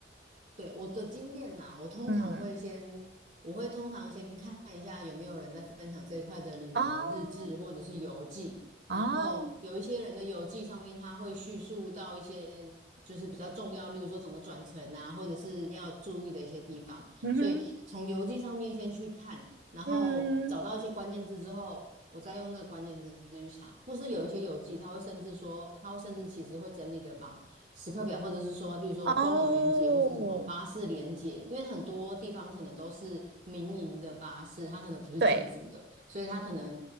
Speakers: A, on the right (about 45°); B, on the right (about 70°).
A: 对，我的经验啦，我通常会先，
B: 嗯，
A: 我会通常先看一下有没有人在分享这一块的旅游日志或者是游记，
B: 哦哦，
A: 然后有一些人的游记上面他会叙述到一些就是比较重要，例如说怎么转乘啊，或者是要注意的一些地方，
B: 嗯哼，
A: 所以从游记上面先去看，然后找到一些关键字之后，
B: 嗯。
A: 我再用那个关键字去查，或是有一些游记他会甚至说，他会甚至其实会整理的把。时刻表，或者是说，例如说官网连接或是什么巴士连接，
B: 哦，
A: 因为很多地方可能都是民营的巴士，它可能不是政府的，
B: 对，
A: 所以它可能